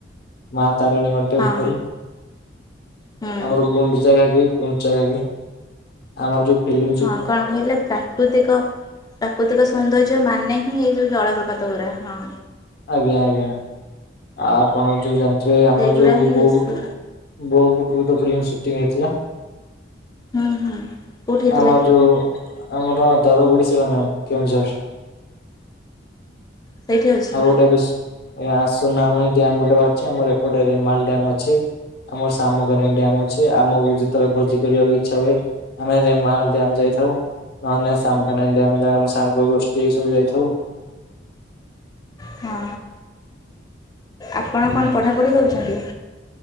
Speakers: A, on the left; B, on the left.
A: ମା ତାରିଣୀଙ୍କ ଟେମ୍ପୁଲ।
B: ହଁ ହୁଁ
A: ଆମର ଗୁଣ୍ଡୁଚା ଘାଘି ଗୁଣ୍ଡଚା ଘାଘି। ଆମର ଯୋଉ ପିଲ୍ମି
B: ହଁ କଣ କହିଲେ ପ୍ରାକୃତିକ ପ୍ରାକୃତିକ ସୌନ୍ଦର୍ଯ୍ୟ ମାନେ ହିଁ ଏଇ ଯୋଉ ଜଳପ୍ରପାତ ଗୁୁରା ହଁ।
A: ଆଜ୍ଞା ଆଜ୍ଞା ଆପଣ ଜଉ ଜାଣିଥିବେ ଆମର
B: ସେଇଗୁଡ଼ା
A: ଜଉ
B: ହିଁ
A: ବ
B: ବେଶୀ
A: ବୋଉ ବୁଟୁ ଭୂତ ଫିଲ୍ମ ସୁଟିଂ ହେଇଥିଲା।
B: ହୁଁ ହୁଁ କେଉଁଠି ହେଇଥିଲା
A: ଆମର
B: କି
A: ଯଉ ଆମ ଗା ଦରବୁଡ଼ିସୀଲା ମ୍ୟାମ କେଉଁଝର।
B: ସେଇଠି ଅଛି
A: <inaudible> ସୁୁନାମୁଣି ଡ୍ୟାମ ଟେ ଅଛି ଆମର ଏପଟେ ରିମାଲ୍ ଡ୍ୟାମ ଅଛି। ଆମର ସାମକାନ ଡ୍ୟାମ ଅଛି ଆମକୁ ଯେତେବେଳେ ଭୋଜି କରିବାକୁ ଇଚ୍ଛା ହୁଏ ଆମେ ମାହାଲ ଡ୍ୟାମ ଯାଇଥାଉ ନହେଲେ ସାମକାନ ଡ୍ୟାମ ଆମ ସାଙ୍ଗ ଗୋଷ୍ଠୀ ଏଇ ସବୁ ଯାଇଥାଉ।
B: ହଁ ଆପଣ
A: ଆଜ୍ଞା
B: କଣ ପଢ଼ାପଢ଼ି କରୁଛନ୍ତି?